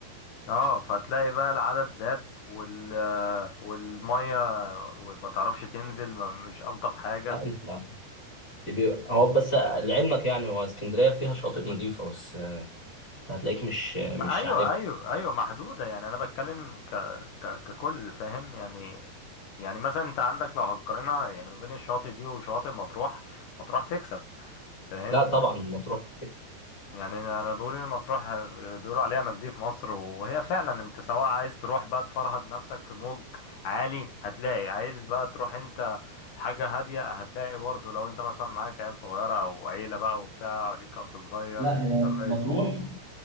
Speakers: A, on the left (about 70°); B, on the left (about 20°).
A: اه فتلاقي بقى العدد زاد وال والميه ما تعرفش تنزل ما مش الطف حاجه
B: لا انت بيبقى هو بس لعلمك يعني هو اسكندريه فيها شاطئ نظيفه بس آه، انت هتلاقيك مش مش
A: ما ايوه
B: عارف
A: ايوه ايوه محدوده يعني انا بتكلم ك ك ككل فاهم يعني يعني مثلا انت عندك لو هتقارنها يعني ما بين الشواطئ دي وشواطئ مطروح مطروح تكسب فاهم
B: لا طبعا مطروح
A: يعني انا أنا بقول ان مطروح آه، بيقولوا عليها مالديف مصر وهي فعلا انت سواء عايز تروح بقى تفرهد نفسك في موج عالي هتلاقي عايز بقى تروح انت حاجة هادية هتلاقي برضه لو انت مثلا معاك عيال صغيرة او عيلة بقى وبتاع ليك اخ صغير
B: لا
A: ليك
B: هي
A: قرايب
B: مطروح